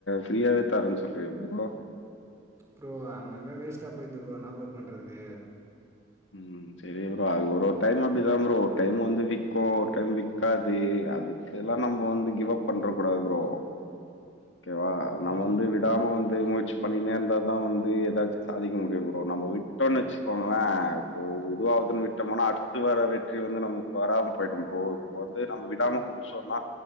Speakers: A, on the left; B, on the right.
A: ஃப்ரீயாவே தரன் சொல்றியே ப்ரோ
B: ப்ரோ அங்கங்க வேஸ்டா போயிது ப்ரோ என்னா ப்ரோ பண்றது
A: ம் சரி ப்ரோ அ ஒரு ஒரு‌ டைம் அப்படிதான் ப்ரோ ஒரு டைம் வந்து விக்கு ஒரு டைம் விக்காது அதுக்கெல்லாம் நம்ம வந்து கிவ் அப் பண்றக்கூடாது ப்ரோ ஒகேவா
B: ஆமாம்
A: நம்ம வந்து விடாம வந்து முயற்ச்சி பண்ணினே இருந்தா தான் வந்து எதாச்சும் சாதிக்க முடியும் ப்ரோ நம்ம விட்டோன்னு வச்சுக்கோங்களேன் இப்போ இதுவாதுன்னு விட்டோமனா அடுத்து வர வெற்றி வந்து நமக்கு வராம போயிடும் ப்ரோ இப்ப வந்து நம்ம விடாம முடிச்சோம்னா